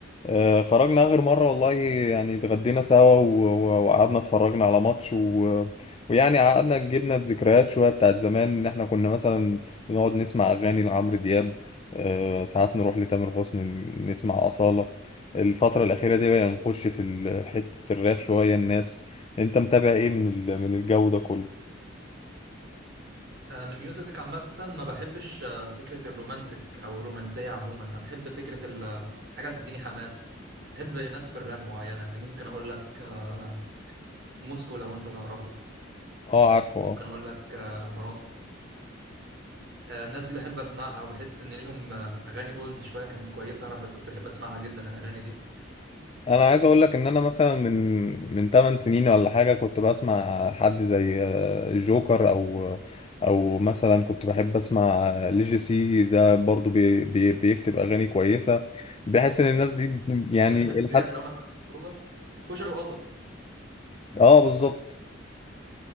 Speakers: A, on the left; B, on the right.
A: آه، خرجنا آخر مرة والله يعني اتغدينا سوا و- و- وقعدنا اتفرجنا على ماتش و... ويعني قعدنا جبنا الذكريات شوية بتاعت زمان إن إحنا كنا مثلا بنقعد نسمع أغاني لعمرو دياب آه، ساعات نروح لتامر حسني ن- نسمع أصالة الفترة الأخيرة دي بقينا نخش في ال- حتة الراب شوية الناس أنت متابع إيه من ال... من الجو ده كله؟
B: انا من الميوزك عامه ما بحبش آه، فكره الرومانتك او الرومانسيه عموما انا بحب فكره ال- الحاجه اللي تديني حماس بحب ناس في الراب معينه يعني ممكن اقول لك آه، موسكو لو انت تعرفه
A: أه عارفه
B: ممكن
A: آه.
B: اقول لك آه، مروان آه، الناس دي بحب اسمعها وبحس ان ليهم آه، اغاني اولد شويه كانت كويسه انا كنت بحب اسمعها جدا الاغاني دي
A: انا عايز اقول لك ان انا مثلا من من 8 سنين ولا حاجه كنت بسمع حد زي آه، الجوكر او او مثلا كنت بحب اسمع ليجي سي ده برضو بي بي بيكتب اغاني كويسه بحس ان الناس دي يعني
B: ده من الاساسيات
A: لحد
B: لو انا فكرت في خروجه كشري وقصب
A: اه بالظبط